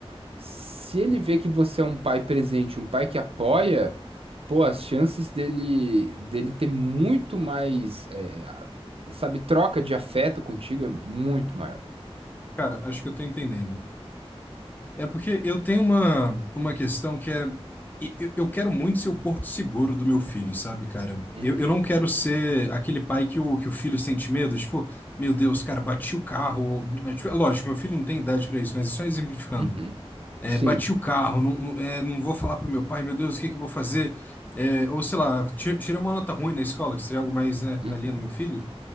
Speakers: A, on the right; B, on the left.
A: Se ele vê que você é um pai presente, um pai que apoia, pô, as chances dele dele ter muito mais, é, a- sabe, troca de afeto contigo é muito maior.
B: Cara, acho que eu tô entendendo. É porque eu tenho uma, uma questão que é. e- Eu eu quero muito ser o porto seguro do meu filho, sabe, cara?
A: Uhum,
B: Eu, eu não quero ser aquele pai que o, que o filho sente medo, tipo, meu Deus, cara, bati o carro. né, tipo, é lógico, meu filho não tem idade pra isso, mas é só exemplificando.
A: uhum.
B: É,
A: Sim.
B: bati o carro, não, não, é, não vou falar pro meu pai, meu Deus, o que que eu vou fazer? É, ou sei lá, ti- tirei uma nota ruim na escola, que seria algo mais, né,
A: uhum.
B: na linha do meu filho.